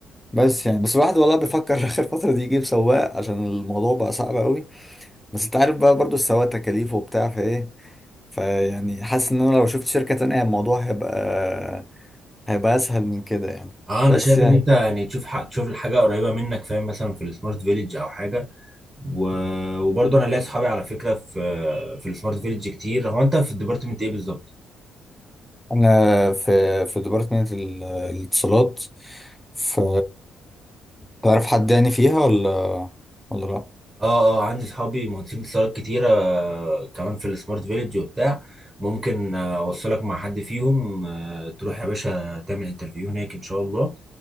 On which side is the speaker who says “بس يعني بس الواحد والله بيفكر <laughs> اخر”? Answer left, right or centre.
Centre